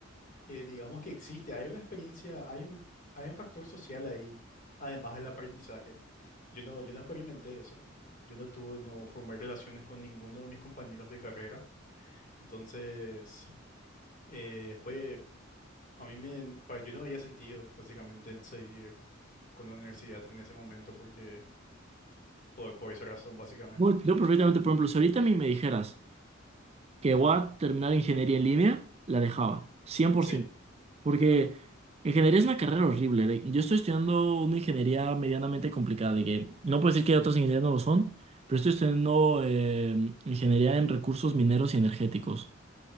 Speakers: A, on the left (about 40°); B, on the right (about 30°).
A: eh, digamos que existe, hay una experiencia, hay un, hay un factor social ahí, además del aprendizaje. Yo no, yo no experimenté eso. Yo no tuve, no formé relaciones con ninguno de mis compañeros de carrera. Entonces, eh, fue, a mí me, para, yo no veía sentido, básicamente, en seguir con la universidad en ese momento, porque, por, por esa razón, básicamente.
B: Bueno, yo perfectamente, por ejemplo, si ahorita a mí me dijeras, que voy a terminar ingeniería en línea, la dejaba, 100%.
A: Sí,
B: Porque ingeniería es una carrera horrible. de- yo estoy estudiando una ingeniería medianamente complicada, de que no puedo decir que otras ingenierías no lo son, pero estoy estudiando eh, ingeniería en recursos mineros y energéticos.